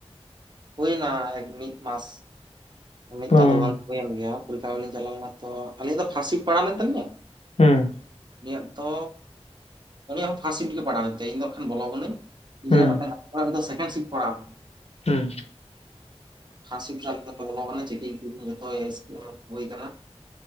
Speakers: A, on the right; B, on the left.
A: ᱦᱩᱭᱱᱟ ᱮᱠ ᱢᱤᱫ ᱢᱟᱥ᱾
B: ᱦᱩᱸ
A: ᱢᱤᱫ ᱪᱟᱸᱫᱳ ᱜᱟᱱ ᱦᱳᱭᱮᱱ ᱜᱮᱭᱟ ᱯᱚᱨᱤᱠᱷᱟ ᱮᱢᱞᱤᱧ ᱪᱟᱞᱟᱣ ᱞᱮᱱᱟ, ᱛᱚ ᱟᱹᱞᱤᱧ ᱫᱚ ᱯᱷᱟᱥᱴ ᱥᱤᱯᱴ ᱯᱟᱲᱟᱣ ᱞᱮᱱ ᱛᱟᱞᱤᱧᱟ
B: ᱦᱩᱸ
A: ᱩᱱᱤᱭᱟᱜ ᱛᱚᱻ ᱩᱱᱤᱭᱟᱜ ᱦᱚᱸ ᱯᱷᱟᱥᱴ ᱥᱤᱴ ᱜᱮ ᱯᱟᱲᱟᱣᱞᱮᱱ ᱛᱟᱭᱟ ᱤᱧ ᱫᱚ ᱱᱟᱠᱷᱟᱱ ᱵᱚᱞᱚ ᱠᱟᱹᱱᱟᱹᱧ᱾ ᱤᱧ
B: ᱦᱩᱸ
A: ᱟᱨ ᱢᱤᱫ ᱴᱟᱝ ᱜᱟᱛᱮ ᱠᱚᱲᱟ ᱩᱱᱤ ᱫᱚ ᱥᱮᱠᱮᱱᱰ ᱥᱤᱯᱴ ᱯᱟᱲᱟᱣ ᱞᱮᱱᱟ ᱾
B: ᱦᱩᱸ
A: <unintelligible> ᱵᱚᱞᱚ ᱠᱟᱱᱟ ᱪᱮᱠᱮᱝ <unintelligible> ᱡᱚᱛᱚ <unintelligible> ᱦᱳᱭ ᱠᱟᱱᱟ ᱾